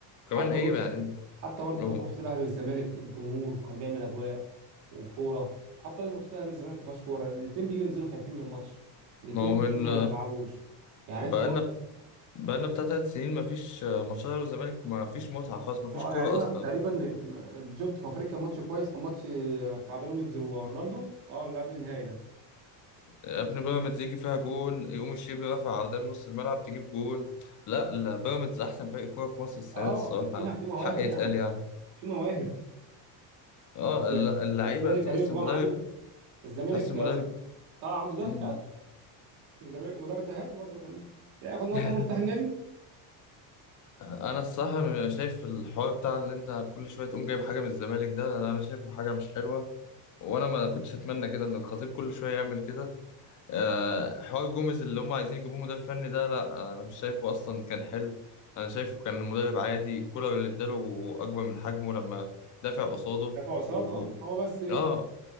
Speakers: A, on the right; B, on the left.
A: حتى
B: وكمان ايه
A: بص
B: يعني
A: حتى برضو
B: هو-
A: كان ماتشات الاهلي والزمالك الجمهور كان بيعمل اجواء وكوره حتى ماتشات الاهلي والزمالك ما فيهاش كوره الاثنين بيجوا ينزلوا خايفين من الماتش الاثنين
B: ما هو
A: بينزلوا
B: من
A: وما يلعبوش يعني
B: بقالنا
A: انت برضو
B: بقالنا بتاع تلات سنين مفيش ماتشات الاهلي والزمالك مفيش متعه خالص مفيش
A: اه
B: كوره
A: يعني انا
B: اصلا
A: تقريبا شفت في افريقيا ماتش كويس كان ماتش بتاع بيراميدز ورونالدو اه اللي قبل النهائي ده
B: يا ابني بيراميدز يجي فيها جون يقوم الشيبي رافع عرضيه من نص الملعب تجيب جون لا لا بيراميدز احسن فريق كوره في مصر السنه
A: اه
B: دي الصراحه
A: في في مواهب
B: الحق يتقال
A: يا عم
B: يعني
A: في مواهب
B: اه
A: ازاي
B: الل- اللعيبه
A: ازاي
B: تحس
A: فريقه
B: المدرب
A: بقى معلم الزمالك
B: تحس المدرب
A: طلع عنده ده
B: مم.
A: هاته الزمالك المدرب ده هاته برضه كمان ياخد نقطه
B: <laughs>
A: تاخده بتاع النادي
B: انا الصراحه شايف الحوار بتاع اللي انت كل شويه تقوم جايب حاجه من الزمالك ده انا شايفه حاجه مش حلوه وانا ما كنتش اتمنى كده ان الخطيب كل شويه يعمل كده آه، حوار جوميز اللي هم عايزين يجيبوه مدرب فني ده لا انا مش شايفه اصلا كان حلو انا شايفه كان المدرب عادي كولر اللي اداله اكبر من حجمه لما دافع قصاده
A: دفع قصاد
B: و...
A: اه هو بس ايه
B: اه